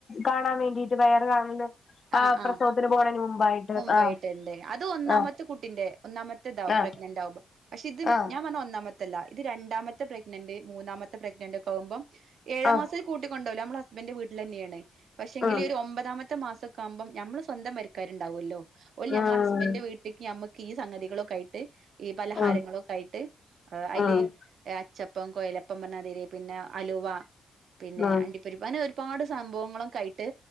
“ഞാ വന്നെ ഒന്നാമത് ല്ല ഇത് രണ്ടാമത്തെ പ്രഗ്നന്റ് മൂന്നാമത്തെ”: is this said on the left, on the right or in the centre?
Right